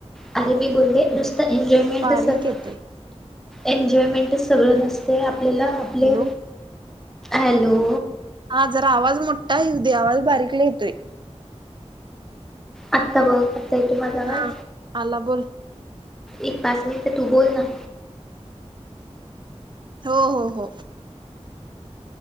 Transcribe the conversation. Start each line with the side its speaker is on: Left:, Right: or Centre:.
Centre: आणि मी बोलले नुसतं एन्जॉयमेंटच
Right: बारीक
Centre: सगळं
Right: येतोय
Centre: एन्जॉयमेंटच सगळं नसतय आपल्याला आपले
Right: हॅलो
Centre: हॅलो
Right: हा जरा आवाज मोठा येऊ दे आवाज बारीक लय येतोय
Centre: आता बघ येतो माझा आवाज
Right: हा आला बोल
Centre: एक पाच मिनिट तू बोल ना
Right: हो हो हो